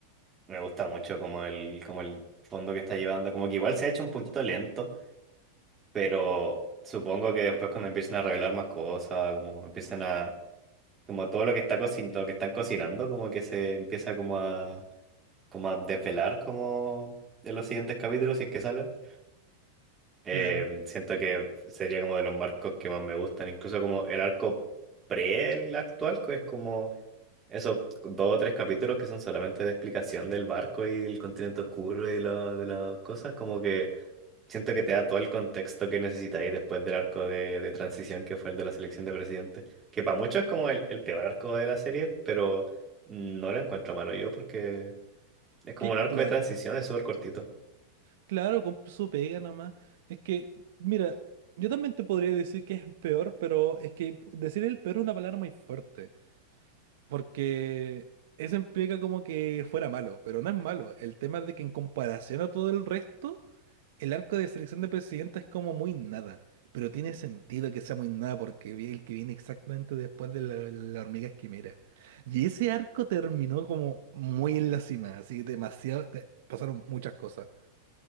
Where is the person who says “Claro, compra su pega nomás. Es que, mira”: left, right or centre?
Right